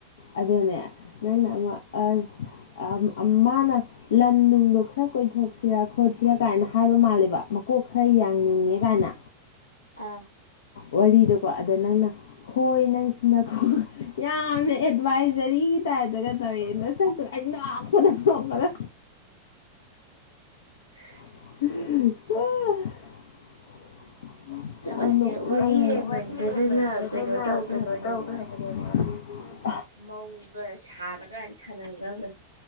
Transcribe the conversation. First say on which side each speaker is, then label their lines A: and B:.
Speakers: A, on the left; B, on the left.
A: ꯑꯗꯨꯅꯦ ꯅꯪꯅ ꯑꯁ ꯃꯥꯅ ꯂꯝ ꯅꯨꯡꯗꯣ ꯈꯔ ꯀꯣꯏꯊꯣꯛꯁꯤꯔ ꯈꯣꯠꯁꯤꯔꯥ ꯀꯥꯏꯅ ꯍꯥꯏꯕ ꯃꯥꯜꯂꯦꯕ ꯃꯀꯣꯛ ꯈꯔ ꯌꯥꯡꯅꯤꯡꯉꯦ ꯀꯥꯏꯅ
B: ꯑꯥ
A: ꯋꯥꯔꯤꯗꯀꯣ ꯑꯗ ꯅꯪꯅ ꯍꯣꯏ ꯅꯪꯁꯤꯅꯣ ꯌꯥꯝꯅ ꯑꯦꯗꯚꯥꯏꯖꯔꯤ ꯁꯤꯒꯤꯤ ꯇꯥꯏꯗꯒꯗꯦꯅ ꯆ ꯏꯩꯅ ꯍꯥꯄꯗ ꯏꯣꯡꯉꯗ
B: <inaudible>
A: ꯋꯥ ꯌꯥꯝ ꯅꯣꯛꯅꯤꯡꯉꯦꯕ
B: ꯀꯃꯥꯏꯅ ꯋꯥꯔꯤ ꯂꯩꯃꯟꯗꯗꯅ
A: <inaudible>
B: ꯀꯩꯅꯣ ꯇꯧꯈ꯭ꯔꯕꯅꯦꯕ
A: ꯎꯝ
B: ꯃꯧꯒ ꯁꯥꯔꯀꯥꯟ ꯁꯥꯟꯅꯈ꯭ꯔꯕꯅꯤ